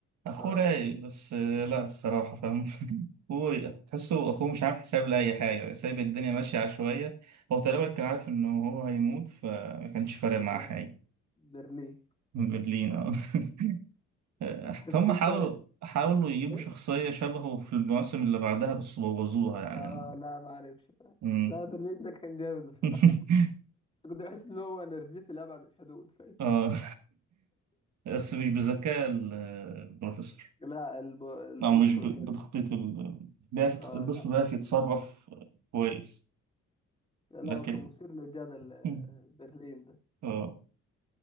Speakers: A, on the right (about 70°); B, on the left (about 20°).
A: أخوه
B: اه
A: رايق بس آه لا الصراحة فاهم <laughs> هو تحسه أخوه مش عامل حساب لأي حاجة سايب الدنيا ماشية عشوائية هو تقريبا كان عارف إنه هو هيموت فما كانش فارق معاه
B: آه
A: حاجة
B: برلين
A: برلين اه <laughs> آه،
B: بس
A: هم
B: كنت
A: حاولوا حاولوا يجيبوا
B: ايه
A: شخصية شبهه في المواسم اللي بعدها بس بوظوها يعني
B: اه لا ما اعرفش فاهم.
A: مم.
B: لا برلين ده كان جامد بصراحه
A: <laughs>
B: بس كنت بحس ان هو نرجسي لابعد الحدود فاهم
A: اه <laughs> بس مش بذكاء ال- البروفيسور
B: لا الب... البروفيسور
A: او مش ب-
B: هادي
A: بتخطيط ال... بيعرف يتخ-
B: اه
A: البروفيسور بيعرف يتصرف كويس
B: لا لا
A: لكن
B: هو كان مثير للجدل آه،
A: مم.
B: برلين ده
A: اه